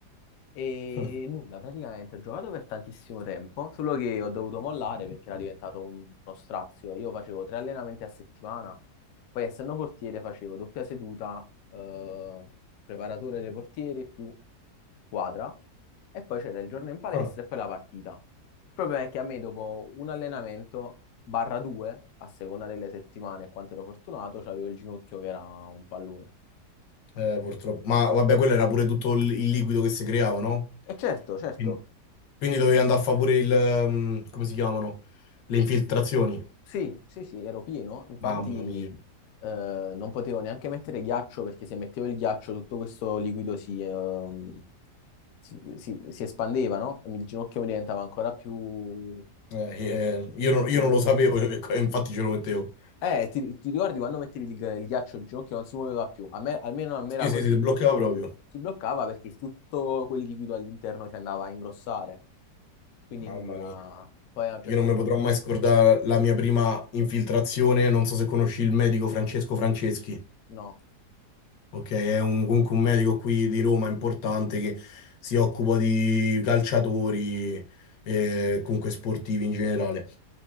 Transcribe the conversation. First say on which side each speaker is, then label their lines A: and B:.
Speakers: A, on the left; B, on the left.
A: E
B: <laughs>
A: nulla, praticamente ho giocato per tantissimo tempo, solo che ho dovuto mollare perché era diventato un- uno strazio. Io facevo tre allenamenti a settimana, poi essendo portiere facevo doppia seduta, eh, preparatore dei portieri più squadra, e poi c'era il giorno in palestra
B: Ah,
A: e poi la partita. Il problema è che a me dopo un allenamento, barra due, a seconda delle settimane e quanto ero fortunato, c'avevo il ginocchio che era un pallone.
B: eh, purtroppo. Ma vabbè, quello era pure tutto il il liquido che si creava, no?
A: E certo, certo,
B: Quindi, quindi dovevi andare a favore il... ehm, come si chiamano? Le infiltrazioni.
A: Sì, sì, sì, ero pieno, infatti
B: Mamma mia.
A: eh, non potevo neanche mettere ghiaccio perché se mettevo il ghiaccio tutto questo liquido si, ehm, si, si- si espandeva, no? E il ginocchio mi diventava ancora più,
B: Eh, eh,
A: più,
B: io
A: più
B: non,
A: gonfio.
B: io non lo sapevo, <laughs> e infatti ce lo mettevo.
A: Eh, ti, ti ricordi quando mettevi il, ghi- il ghiaccio il ginocchio non si muoveva più? A me, almeno a me
B: Sì,
A: era così.
B: sì, sì, si bloccava proprio.
A: Si bloccava perché tutto quel liquido all'interno si andava a ingrossare, quindi
B: Mamma
A: nulla.
B: mia.
A: Poi a un certo
B: Io non mi
A: punto,
B: potrò mai scordare la mia prima infiltrazione. Non so se conosci il medico Francesco Franceschi.
A: no.
B: Ok, è un- comunque un medico qui di Roma importante che si occupa di calciatori e comunque sportivi in generale.